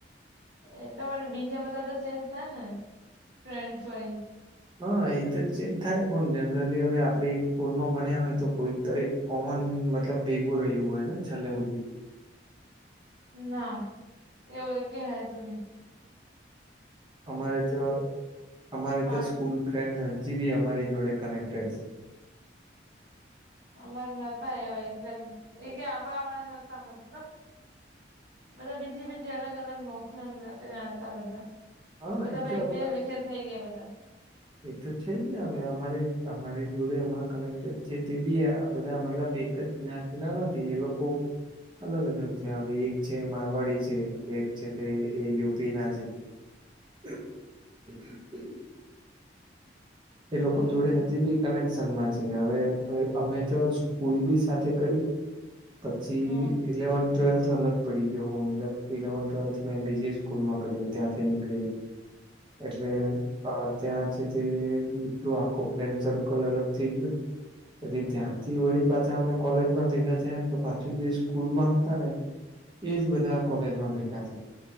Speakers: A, on the right (about 60°); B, on the right (about 25°).
A: એટલે મને બીજા બધા તો ચેન્જ થયા ને, ફ્રેન્ડસ હોય
B: હા! એ તો ચેન્જ થાય, પણ જનરલી હવે આપણે એઈ સ્કૂલમાં ભણ્યા હોય તો કોઈક તો એક કોમન મતલબ ભેગું રહ્યું હોય ને છેલ્લે હુંધી.
A: ના. એવુંય ક્યાય હતું નહિં.
B: અમારે તો, અમારે
A: પાર્ટ
B: તો સ્કૂલ ફ્રેન્ડ હજી બી અમારી જોડે કનેક્ટેડ છે.
A: અમાર નતા એવા એટલે, એ કે આપણા વાળા નતા મતલબ બધા બીજી-બીજી અલગ-અલગ <unintelligible> આવતા બધા.
B: હા
A: બધા
B: એ
A: ભાઈ
B: તો હવે
A: વેર વિછેર થઈ ગયા બધા.
B: એ તો છે જ ને હવે, અમારે અમારી જોડે હમણાં કનેક્ટેડ છે તે બી આ બધા મતલબ એક જ જ્ઞાતિ ના નથી, એ લોકો અલગ-અલગ છે, હવે એક છે એ મારવાડી છે, એક છે તે યુપી ના છે <inaudible> એ લોકો
A: બરોબર
B: જોડે હજી બી કનેક્સ શન માં છી. હવે-હવે અમે તો સ્કૂલ બી સાથે કરી, પછી
A: હા
B: ઇલેવન્થ ટ્વેલ્થ અલગ પડી ગયો, હું ઈલેક ઇલેવન ટ્વેલ્થમાં મે બીજી સ્કૂલમાં કરી ત્યાંથી નીકળીન.
A: <inaudible>
B: એટલે અહ ત્યાં છે તે બધું આખું ફ્રેન્ડ સર્કલ અલગ થઈ ગયું. પછી ત્યાંથી વળી પાછા અમે કોલેજમાં ભેગા થયા ને તો પાછું જે સ્કૂલમાં હતા ને એજ બધા કોલેજમાં ભેગા થયા.